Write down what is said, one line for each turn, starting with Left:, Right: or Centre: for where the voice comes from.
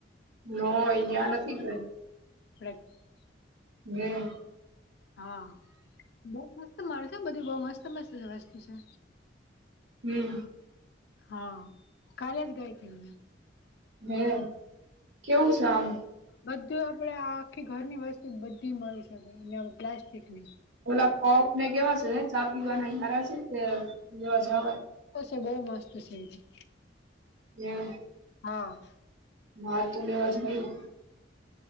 Right: ન અહિયાં નથી ગઈ.
Left: <inaudible>
Right: હમ.
Left: હા બહું મસ્ત મળે છે બધું બહું મસ્ત મસ્ત વસ્તુ છે.
Right: હમ.
Left: હા કાલેજ ગઈ હતી.
Right: મે કેવું છે આમ?
Left: બધું આપડે આખી ઘરની વસ્તુ બધી મળી શકે અને પ્લાસ્ટિકની.
Right: ઉલા કપને કેવા છે ચા પીવાના ઈ હારા છે કે લેવા જાવ
Left: બ છે બહુ મસ્ત હ છે એથી
Right: હમ
Left: હા.
Right: <unintelligible>